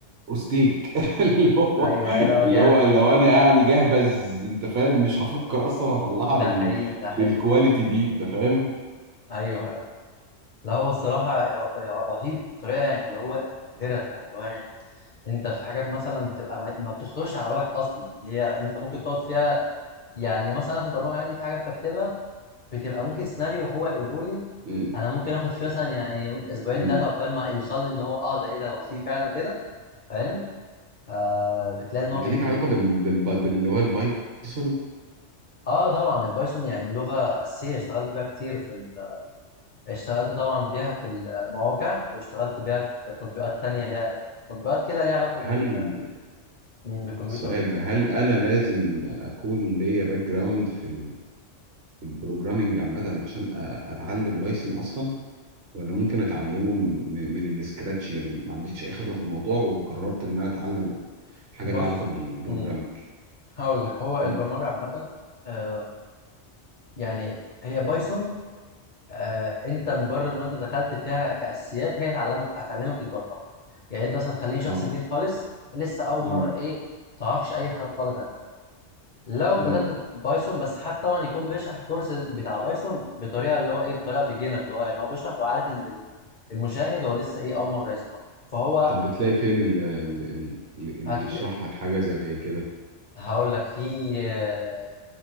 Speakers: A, on the right; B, on the left.
A: اوستيك <laughs> اللي هو
B: ايوه ايوه لا
A: اللي
B: جامد
A: هو لو
B: <laughs>
A: انا
B: لا
A: يعني
B: مش
A: جهبذ
B: طبيعي آه.
A: انت فاهم مش هفكر اصلا اطلعها
B: ده
A: بال...
B: حقيقي ده حقيقي
A: بالكواليتي دي انت فاهم
B: ايوه ايوه لا هو الصراحه ر- رهيب بطريقه يعني اللي هو مبهره فاهم اللي هو يعني انت في حاجات مثلا بتبقى ما ما بتخطرش على بالك اصلا هي انت ممكن تقعد فيها يعني مثلا أنا في البرمجه عندي في حاجات بكتبها بتبقى ممكن سيناريو هو يقوله لي
A: مم.
B: انا ممكن اخد فيه مثلا يعني اسبوعين
A: مم.
B: ثلاثه عقبال ما يوصل لي ان هو اه ده ايه ده هو فيه فعلا كده فاهم آه بتلاقي ان هو
A: انت
B: بي-
A: ليك
B: بيديك
A: علاقه بال... بال... باللي هو البايثون
B: اه طبعا البايثون يعني دي لغه اساسيه اشتغلت بيها كتير في اشتغلت طبعا بيها في المواقع واشتغلت بيها في تطبيقات تانية ليها تطبيقات كده ليها علاقة
A: هل
B: بال... مم، بالكمبيوتر
A: سؤال
B: وكده
A: بقى هل انا لازم اكون ليا باك جراوند في ال- في البروجرامينج عامه عشان أ- اتعلم بايثون اصلا ولا ممكن اتعلمه من, من السكراتش يعني ما عنديش اي خبره في الموضوع وقررت ان انا اتعلم حاجه
B: بص
A: ليها علاقه بالبروجرامينج
B: مم، هقول لك هو البرمجة
A: ي-
B: عامة آه، يعني هي بايثون آه، انت مجرد ما انت دخلت فيها كأساسيات هي هتعلمك هتعلمك البرمجة يعني انت مثلا تخليني شخص
A: اه
B: جديد خالص لسه اول
A: امم
B: مرة ايه ما تعرفش اي حاجة خالص عن لو
A: امم
B: بدأت بايثون بس حتى طبعا يكون بيشرح الكورس بتاع بايثون بطريقه اللي هو ايه بطريقه بيجنر اللي هو يعني هو بيشرح وعارف ان ال- المشاهد هو لسه ايه اول مره يسمع فهو
A: طب بتلاقي فين ال- ال- ال- اللي
B: هتل...
A: يشرح لك حاجه زي كده
B: هقول لك في آه،